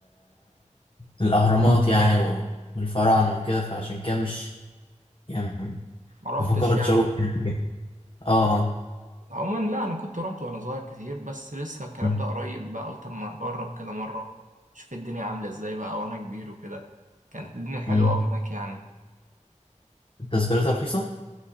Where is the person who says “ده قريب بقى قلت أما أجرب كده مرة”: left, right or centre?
Right